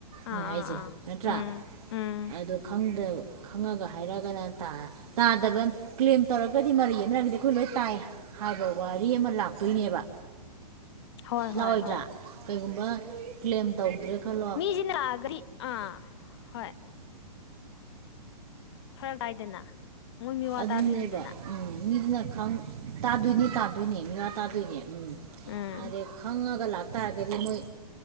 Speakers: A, on the left; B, on the right.
A: ꯑꯥ
B: ꯃꯣꯏ ꯍꯥꯏꯁꯦ
A: ꯑꯥ ꯑꯥ
B: ꯅꯠꯇ꯭ꯔꯥ
A: ꯎꯝ ꯎꯝ
B: ꯑꯗꯨ ꯈꯪꯗ ꯈꯪꯉꯒ ꯍꯥꯏꯔꯒꯅ ꯇꯥ ꯇꯥꯗꯕ ꯀ꯭ꯂꯦꯝ ꯇꯧꯔꯒ ꯗꯤ ꯃꯔꯩ ꯌꯦꯠꯅꯔꯒꯗꯤ ꯑꯩꯈꯣꯏ ꯂꯣꯏ ꯇꯥꯏ ꯍꯥꯏꯕ ꯋꯥꯔꯤ ꯑꯃ ꯂꯥꯛꯇꯣꯏꯅꯦꯕ
A: ꯍꯣꯏ ꯍꯣꯏ
B: ꯂꯥꯛꯑꯣꯏꯗ꯭ꯔꯥ
A: ꯍꯣꯏ
B: ꯀꯩꯒꯨꯝꯕ ꯀ꯭ꯂꯦꯝ ꯇꯧꯗ꯭ꯔꯦ ꯈꯜꯂꯣ
A: ꯃꯤꯖꯤꯅ ꯅꯥ <unintelligible> ꯑꯗꯤ ꯑꯥ ꯍꯣꯏ ꯐꯔꯛ ꯇꯥꯏꯗꯅ ꯃꯣꯏ ꯃꯤꯋꯥ
B: ꯑꯗꯨꯅꯦꯕ
A: ꯇꯥꯗꯣꯏꯅꯤꯗꯅ
B: ꯎꯝ ꯃꯤꯗꯨꯅ ꯈꯪ ꯇꯥꯗꯣꯏꯅꯤ ꯇꯥꯗꯣꯏꯅꯤ ꯃꯤꯋꯥ ꯇꯥꯗꯣꯏꯅꯦ ꯎꯝ
A: ꯎꯝ
B: ꯑꯗꯩ ꯈꯪꯉ ꯂꯥꯛ ꯇꯥꯥꯔꯒꯗꯤ ꯃꯣꯏ